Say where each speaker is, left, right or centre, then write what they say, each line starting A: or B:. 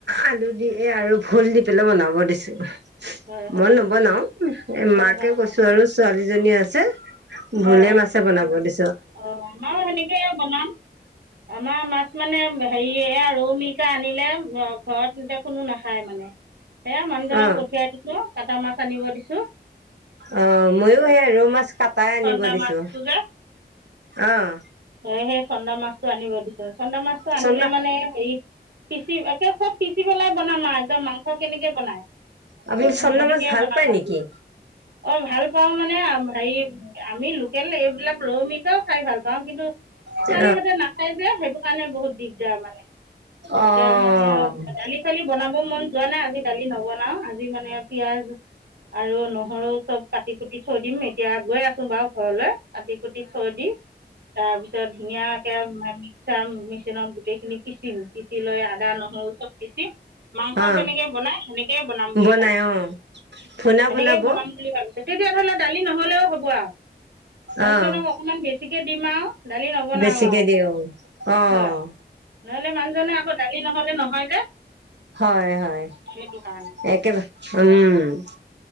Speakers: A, on the right; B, on the right.
A: আলু দি আৰু ভোল দি পেলাই বনাব দিছো।
B: হয় হয়
A: মই নবনাও এ
B: হয়
A: মাকে
B: হয়
A: কৈছো আৰু ছোৱালীজনী আছে।
B: হয়
A: ভুলে
B: হয়
A: মাছে বনাব দি
B: অ' আমাৰো সেনেকে বনাম আমাৰ মাছ মানে। হেৰিয়ে ৰৌমিকা আনিলে ঘৰত এতিয়া কোনো নাখায় মানে এ মানুহজনক
A: অ
B: পঠিয়াই দিছো কাটা মাছ আনিব দিছো
A: অ' ময়ো সেই ৰৌ মাছ কটাাই আনিব
B: চন্দা
A: দিছো
B: মাছটো যে
A: অ',
B: সেই চন্দা মাছটো আনিব দিছো চন্দা মাছটো আনিলে
A: চন্দা
B: মানে হেৰি পিচি একে চব পিচি পেলাই বনাম আৰু একদম মাংস কেনেকে বনাই।
A: আপুনি
B: উম,
A: চন্দা
B: সেনেকেই
A: মাছ ভাল
B: বনাম
A: পায়
B: আৰুজি
A: নেকি
B: অ' ভাল পাও মানে মানে হেৰি আমি লোকেল এইবিলাক ৰৌ মিকাও খাই ভাল পাওঁ কিন্তু। ছোৱালীহঁতে
A: অ',
B: নাাপায় যে সেইটো কাৰণে বহুত দিগদাৰ মানে।
A: অ',
B: এতিয়া মানে দালি চালি ব বনাব মন যোৱা নাই আজি দালি নবনাও আজি মানে পিয়াজ আৰু নহৰু চব কাটি কুটি থৈ দিম এতিয়া গৈ আছো বাৰু ঘৰলৈ কাটি কুটি থৈ দি। তাৰ পিছত ধুনীয়াকে মিক্সাৰ মেচিনত গোটেইখিনি পিচিম। লয় আদা, নহৰু চব পিছি মাংস
A: অ',
B: যেনেকে বনাই সেনেকেই বনাম বুলি
A: বনাই
B: ভাবিছো।
A: অ', ভুনা
B: সেনেকেই
A: বনাব
B: বনাম বুলি ভাবিছো, তেতিয়া হ'লে দালি নহ'লেও হ'ব আৰু মানুহজনক
A: অ',
B: অকমান বেছিকে দিম আৰু দালি নবনাম
A: বেছিকে
B: আৰু
A: দিয়ে অ', অ',
B: হয়, নহ'লে মানুহজনে আকৌ দালি নহ'লে নহয়। যে
A: হয়-হয়,
B: সেইটো কাৰণে
A: একেবাৰে উম'।